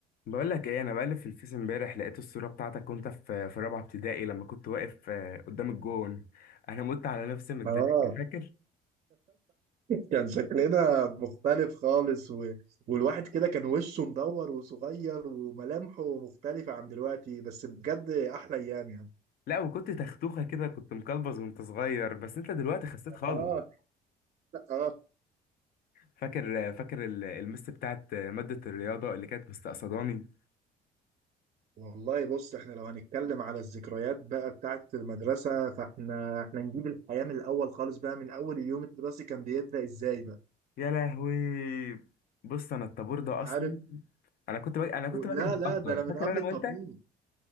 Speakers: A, on the left (about 60°); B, on the right (about 45°).
A: بقول لك ايه انا بقلب في الفيس امبارح لقيت الصوره بتاعتك وانت في في رابعه ابتدائي لما كنت واقف آه، قدام الجون انا مت على نفسي من الضحك
B: اه
A: فاكر
B: كان شكلنا مختلف خالص و... والواحد كده كان وشه مدور وصغير وملامحه مختلفة عن دلوقتي بس بجد احلى ايام يعني
A: لا وكنت تختوخه كده كنت مكلبز وانت صغير بس انت دلوقتي خسيت خالص
B: اه اه
A: فاكر آه، فاكر ال- المس بتاعت آه، ماده الرياضه اللي كانت مستقصداني
B: والله بص احنا لو هنتكلم على الذكريات بقى بتاعت المدرسة فاحنا احنا نجيب الحياة من الاول خالص بقى من اول اليوم الدراسي كان بيبدأ ازاي بقى
A: يا لهوي بص انا الطابور ده
B: عارف
A: اصلا انا كنت باجي انا كنت باجي
B: لا
A: متاخر
B: لا ده انا من
A: فاكر
B: قبل
A: انا
B: الطابور
A: وانت